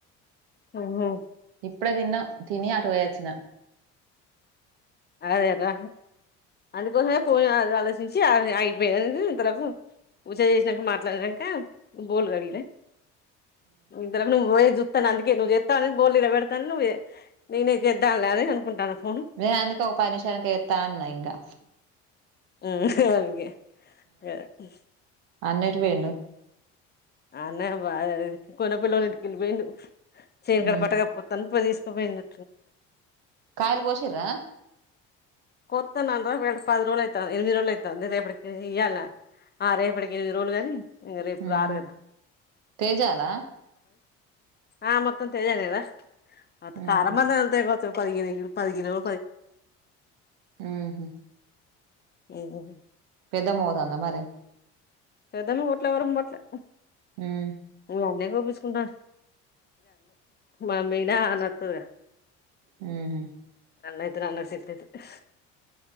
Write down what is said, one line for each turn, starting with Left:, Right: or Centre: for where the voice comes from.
Left: ఏమో
Right: ఇప్పుడే తిన్న తిని అటు పోయోచ్చిన
Left: అదే గా అందుకోసమే పోయా ఆలోచించి అగిపోయింది ఇంతరకు పూజ చేసినాక మాట్లాడినాక బోల్ గడి లే ఇద్దరము బోయే చు చేత్తను అందుకే నువ్వు చేతవని బోల్ నిలబెడతావని నువ్ నేనే చేద్దాం లే అని అనుకుంటన్న ఫోన్
Right: నేను అందుకే ఒక పది నిమిషానికి చేత్త అన్నా ఇంకా
Left: ఉ అ అ
Right: అన్నేటు పోయిండు
Left: అన్నక్ బాదయి కొన పిల్లని ఎత్తుకెళ్లి పోయిండు శెనుకాడ
Right: ఉమ్
Left: పట్టా కప్పోతన్ తీసకపోయిండు
Right: కాయలు కోశిర్రా
Left: కొత్తనన్రా పది రోజులు అయితంది ఎనిమిది రోజులు అయితంది రేపటికి ఇయ్యాల ఆ రేపటికి ఎనిమిది రోజులు గానీ ఇంగ రేపు
Right: ఉమ్
Left: రారు గదా
Right: తేజాలా
Left: ఆ మొత్తం తేజనే గదా అంత
Right: ఉహు
Left: కారమంద ఎల్ మొత్తం పదిగిరో
Right: హుమ్ హు
Left: ఏగు
Right: పెద్దమ్ పోతంద మరి
Left: పెదమ్ పోవట్ల ఎవరు పోవట్లా
Right: హుమ్
Left: నువ్ అన్నే గోపీచ్కుంటర్ మనం పోయిన అన్నోతద్ గా
Right: హుమ్ హు
Left: గన్నైతేనే అన్నక్ సెట్ అయితది